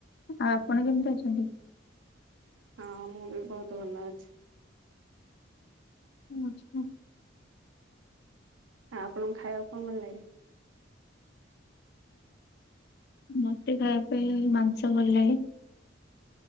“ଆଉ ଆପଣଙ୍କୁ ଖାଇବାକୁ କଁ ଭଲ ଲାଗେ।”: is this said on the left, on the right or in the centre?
Right